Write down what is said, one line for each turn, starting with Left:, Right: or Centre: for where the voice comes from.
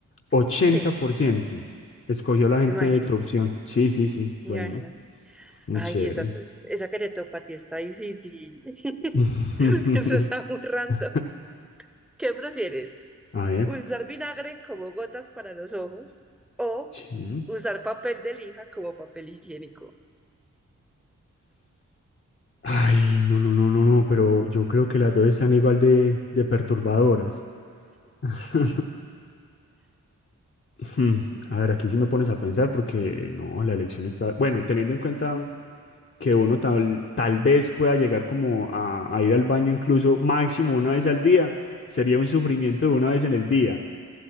Left: Ochenta
Centre: Sí,
Left: por ciento. escogió la gente
Centre: imagínate.
Left: de tu opción. Sí, sí, sí.
Centre: Imagínate.
Left: Bueno, muy
Centre: Ay,
Left: chévere.
Centre: esa, esa que te tocó a ti está difícil. <laughs>
Left: <laughs>
Centre: Eso está muy random. ¿Qué prefieres?
Left: A ver,
Centre: ¿Usar vinagre como gotas para los ojos o
Left: sí.
Centre: usar papel de lija como papel higiénico?
Left: Ay, no, no, no, no, no, pero yo creo que las dos están igual de, de perturbadoras. <laughs> Hmm, A ver, aquí sí me pones a pensar porque no, la elección está... Bueno, teniendo en cuenta que uno tal, tal vez pueda llegar como a, a ir al baño incluso máximo una vez al día, sería un sufrimiento de una vez en el día.